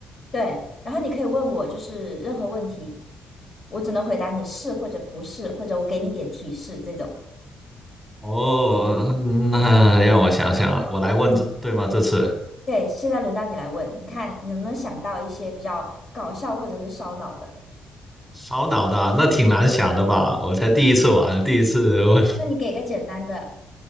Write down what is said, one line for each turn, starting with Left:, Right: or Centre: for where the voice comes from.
Left: 对，然后你可以问我就是任何问题，我只能回答你是或者不是，或者我给你点提示这种。
Centre: 哦，那让我想想啊，我来问这对吗？
Left: 嗯。
Centre: 这次
Left: 对，现在轮到你来问，你看你能不能想到一些比较搞笑或者是烧脑的？
Centre: 烧脑的啊那挺难想的吧？我才第一次玩，第一次问，
Left: 那你给个简单的，